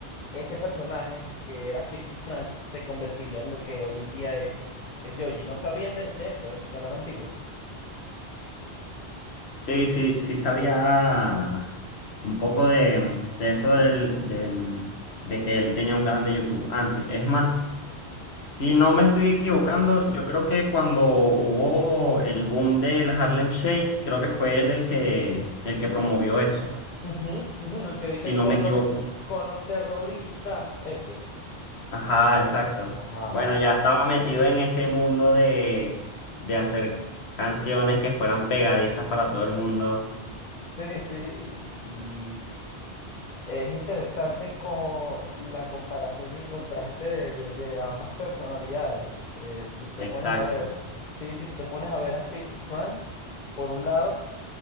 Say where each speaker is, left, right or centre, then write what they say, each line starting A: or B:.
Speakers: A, on the left; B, on the left.
A: ese personaje, que era 50 Frank, se convertiría en lo que hoy en día es, es Yoji. ¿No sabías de, de esto, de su canal antiguo?
B: Sí, sí, sí sabía un poco de, de eso del- de, mm, de que él tenía un canal de YouTube antes. Es más, si no me estoy equivocando, yo creo que cuando hubo el boom del Harlem Shake, creo que fue él el que, el que promovió eso,
A: Ujú, ujú, el que dice
B: si no
A: con
B: me equivoco.
A: los, con los terroristas, ese.
B: Ajá, exacto.
A: Ajá.
B: Bueno, ya estaba metido en ese mundo de, de hacer canciones que fueran pegadizas para todo el mundo.
A: Sí, sí. Y, Es interesante con la comparación y el contraste de, de- de ambas personalidades. Eh, tú te
B: Exacto.
A: pones a ver, sí, sí, tú te pones a ver a 50 Frank, por un lado,